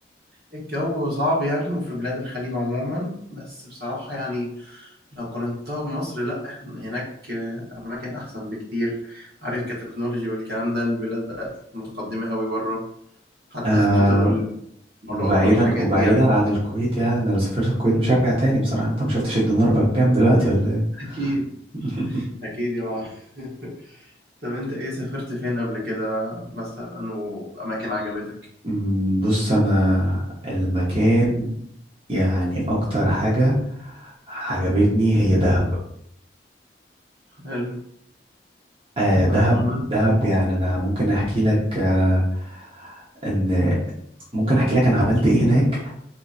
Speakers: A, on the right (about 55°); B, on the right (about 30°).
A: الجو صعب يعني وفي بلاد الخليج عموما بس بصراحة يعني لو قارنتها بمصر لا احنا هناك آه، الأماكن أحسن بكتير عارف كتكنولوجي والكلام ده البلاد بقت متقدمة قوي بره حتى
B: آه،
A: في قطر والإمارات
B: وبعيدا
A: والحاجات
B: وبعيدا
A: دي يعني
B: عن الكويت يعني انا لو سافرت الكويت مش هرجع تاني بصراحة انت ما شفتش الدينار بقى بكام دلوقتي ولا ايه
A: أكيد
B: <laughs>
A: أكيد يا معلم <laughs> طب أنت إيه سافرت فين قبل كده مثلا وأماكن عجبتك؟
B: أمم، بص انا المكان يعني اكتر حاجة عجبتني هي دهب
A: حلو
B: آه
A: تمام
B: دهب
A: عملت
B: دهب يعني انا ممكن احكي لك آه ان ممكن احكي لك انا عملت ايه هناك